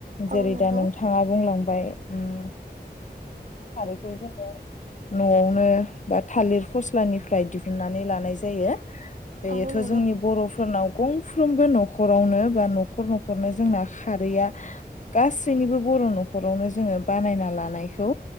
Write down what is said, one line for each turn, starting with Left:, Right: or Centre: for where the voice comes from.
Right: औ
Left: जेरै
Right: नंगौ
Left: दा नोंथाङा बुंलां बाय। उम खारैखौ जोङो न'आवनो बा थालिर फस्लानिफ्राय दिहुनन्नानै लानाय जायो। बेयोथ'
Right: औ नंगौ
Left: जोंनि बर'फोरनाव गंफ्रोमबो न'खरावनो बा न'खर न'खरनो जोंना खारैया गासैनिबो बर' न'खरावनो जोङो बानायना लानायखौ